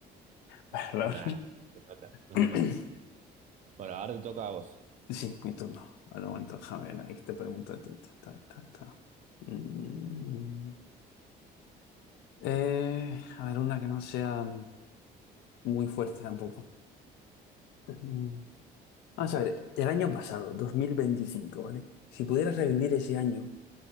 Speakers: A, on the left; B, on the right.
A: <laughs> perdón.
B: Nah, no se nota, no
A: <clears throat>
B: se nota. Bueno, ahora te toca a vos.
A: Sí, mi turno. Al momento, déjame ver, ahí te pregunto. ta, ta, ta, ta, ta. Mm, eh, a ver, una que no sea muy fuerte tampoco. Mm, Vamos a ver, el año pasado, dos mil veinticinco ¿vale? Si pudieras revivir ese año,